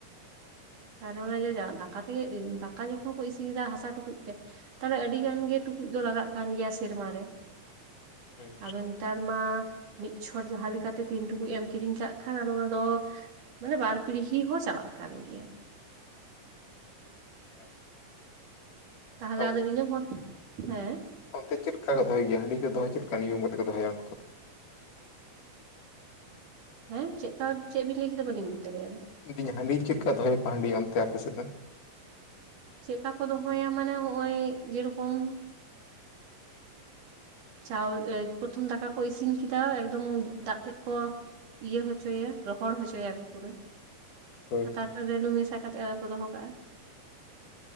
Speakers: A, on the right (about 65°); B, on the left (about 65°).
A: ᱛᱟᱦᱞᱮ ᱚᱱᱡᱮ ᱫᱟᱠᱟ ᱛᱮᱜᱮ ᱫᱟᱠᱟ ᱡᱚᱠᱷᱚᱱ ᱠᱚ ᱤᱥᱤᱱᱮᱫᱟ ᱦᱟᱥᱟ ᱴᱩᱠᱩᱡ ᱛᱮ ᱛᱟᱦᱞᱮ ᱟᱹᱰᱤ ᱜᱟᱱ ᱜᱮ ᱴᱩᱠᱩᱡ ᱫᱚ ᱞᱟᱜᱟᱜ ᱠᱟᱱ ᱜᱮᱭᱟ ᱥᱮᱨᱢᱟᱨ ᱨᱮ
B: ᱦᱩᱸ᱾
A: ᱟᱫᱚ ᱱᱮᱛᱟᱨ ᱢᱟ ᱢᱤᱫ ᱪᱷᱚᱰ ᱡᱟᱦᱟᱸ ᱞᱮᱠᱟᱛᱮ ᱴᱤᱱᱴᱩᱠᱩᱡ ᱮᱢ ᱠᱤᱨᱤᱧ ᱠᱟᱜ ᱠᱷᱟᱱ ᱟᱫᱚ ᱚᱱᱟ ᱫᱚ ᱢᱟᱱᱮ ᱵᱟᱨ ᱯᱤᱲᱦᱤ ᱦᱚᱸ ᱪᱟᱞᱟᱜ ᱠᱟᱱ ᱜᱮᱭᱟ
B: <unintelligible>
A: ᱛᱟᱦᱞᱮ ᱟᱫᱚ
B: ᱚᱱᱛᱮ
A: ᱤᱱᱟᱹ ᱯᱚᱨ ᱦᱮᱸ
B: ᱚᱱᱛᱮ ᱪᱮᱫ ᱞᱮᱠᱟ ᱠᱚ ᱫᱚᱦᱚᱭ ᱜᱮᱭᱟ ᱦᱟᱹᱰᱤ ᱠᱚ ᱫᱚᱦᱚ ᱪᱮᱫ ᱞᱮᱠᱟ ᱱᱤᱭᱚᱢ ᱠᱟᱛᱮ ᱠᱚ ᱫᱚᱦᱚᱭᱟ ᱩᱱᱠᱩ ᱫᱚ
A: ᱦᱮᱸ ᱪᱮᱫᱠᱟ ᱪᱮᱫ ᱵᱤᱱ ᱞᱟᱹᱭ ᱠᱮᱫᱟ ᱵᱟᱹᱞᱤᱧ ᱵᱩᱡᱽ ᱫᱟᱲᱮᱭᱟᱫᱟ
B: ᱢᱮᱱᱫᱟᱹᱧ ᱦᱟᱺᱰᱤ ᱪᱮᱫ ᱞᱮᱠᱟ ᱫᱚᱦᱚᱭ ᱟᱠᱚ ᱟ ᱦᱟᱺᱰᱤ ᱚᱱᱛᱮ ᱟᱯᱮ ᱥᱮᱫ ᱨᱮᱱ
A: ᱪᱮᱫᱠᱟ ᱠᱚ ᱫᱚᱦᱚᱭᱟ ᱢᱟᱱᱮ ᱦᱚᱜᱼᱚᱭ ᱡᱮᱨᱚᱠᱚᱢ ᱪᱟᱣ ᱯᱨᱚᱨᱚᱛᱷᱚᱢ ᱫᱟᱠᱟ ᱠᱚ ᱤᱥᱤᱱ ᱠᱮᱫᱟ ᱮᱠᱫᱚᱢ ᱫᱟᱜ ᱛᱮᱫ ᱠᱚ ᱤᱭᱟᱹ ᱦᱚᱪᱚᱭᱟ ᱨᱚᱦᱚᱲ ᱦᱚᱪᱚᱭᱟᱠᱚ ᱯᱩᱨᱟᱹ
B: ᱦᱳᱭ
A: ᱛᱟᱨᱯᱚᱨ ᱨᱟᱹᱱᱩ ᱢᱮᱥᱟ ᱠᱟᱛᱮᱜ ᱟᱫᱚ ᱠᱚ ᱫᱚᱦᱚ ᱠᱟᱜᱼᱟ